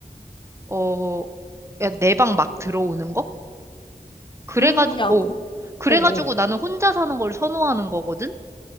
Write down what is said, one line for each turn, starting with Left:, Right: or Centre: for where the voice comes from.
Right: 어, 내 방 막 들어오는 거? 그래가지고,
Left: 음, 야, 그,
Right: 어, 그래가지고
Left: 어, 어.
Right: 나는 혼자 사는 걸 선호하는 거거든?